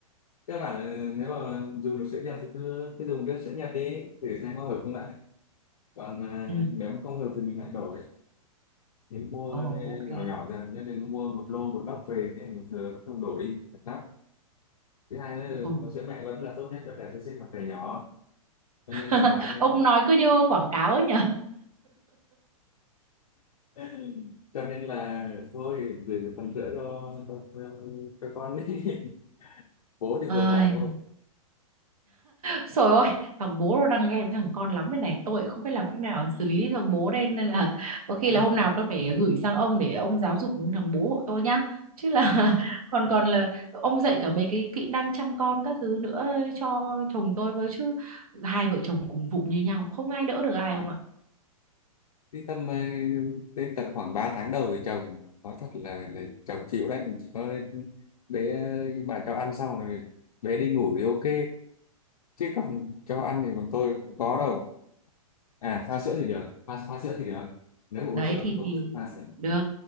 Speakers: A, on the left; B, on the right.
A: các bạn ờ, nếu mà dùng được sữa nhập thì cứ cứ dùng nước sữa nhập đi để xem có hợp không lại còn à,
B: ừ
A: nếu mà không hợp thì mình lại đổ đi thì mua
B: ồ ok
A: nhỏ nhỏ dần chứ đừng mua một lô một lốc về thì mình thừa cũng không đổ đi thật lắm thứ hai nữa là
B: ừ.
A: có sữa mẹ vẫn là tốt nhất cho trẻ sơ sinh hoặc trẻ nhỏ cho
B: <laughs>
A: nên là vài cái
B: ông
A: bạn
B: nói cứ như quảng cáo ấy nhỉ
A: <laughs> cho nên là thôi gửi phần sữa cho cho, cho, cho con đi <laughs> bố thì
B: Ai,
A: vừa phải thôi
B: Trời ơi, thằng bố nó đang ghen với thằng con lắm bên này tôi cũng không biết làm cách nào xử lý thằng bố đây nên là <laughs> có khi
A: <laughs>
B: là hôm nào tôi phải gửi sang ông để ông giáo dục thằng bố hộ tôi nhá chứ là <laughs> còn còn là ông dạy cả mấy cái kỹ năng chăm con các thứ nữa cho chồng tôi với chứ hai vợ chồng cùng vụng như nhau không ai đỡ được ai
A: À,
B: ông ạ
A: đi tầm ờ, đến tầm khoảng 3 tháng đầu thì chồng nói thật là, là chồng chịu đấy chỉ có bé ờ, bà cho ăn xong rồi bé đi ngủ thì ok chứ còn cho ăn thì còn tôi cũng có đâu à pha sữa thì được pha, pha sữa thì được nếu mà
B: đấy
A: uống sữa
B: thì
A: cũng
B: thì
A: cứ pha sữa
B: được